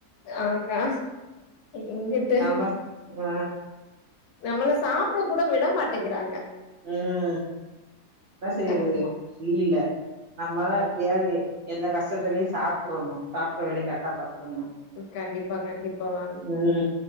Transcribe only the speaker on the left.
ஆ கா எங்குட்டு
நம்மள சாப்பிட கூட விட மாட்டேங்கிறாங்க
ஆமா
கண்டிப்பா கண்டிப்பா மேம்